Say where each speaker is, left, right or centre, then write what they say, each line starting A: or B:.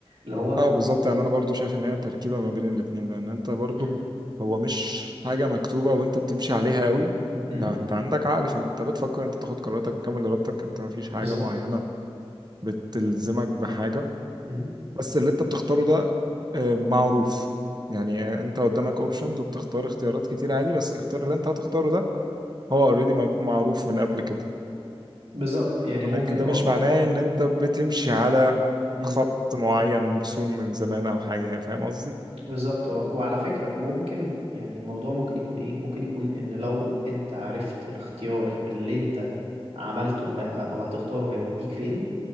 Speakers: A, on the right (about 80°); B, on the right (about 45°).
A: اللي هو
B: اه بالظبط يعني انا برضو شايف ان هي تركيبة ما بين الاتنين لان انت برضو
A: مم.
B: هو مش حاجة مكتوبة وانت بتمشي عليها قوي
A: مم.
B: ده انت عندك عقل فانت بتفكر انت تاخد قراراتك بكامل ارادتك انت ما فيش
A: بالظبط
B: حاجة معينة بتلزمك بحاجة
A: مم.
B: بس اللي انت بتختاره ده آه، معروف يعني آه، انت قدامك اوبشنز وبتختار اختيارات كتير عادي بس الاختيار اللي انت هتختاره ده هو اوريدي معروف من قبل كده
A: بالظبط يعني ممكن
B: لكن ده
A: اه
B: مش معناه ان انت بتمشي على
A: مم.
B: خط معين مرسوم من زمان او حاجه يعني فاهم قصدي
A: بالظبط اه وعلى فكرة ممكن يعني الموضوع ممكن يكون ايه ممكن يكون ان لو انت عرفت الاختيار اللي انت عملته اه، او هتختاره هيوديك فين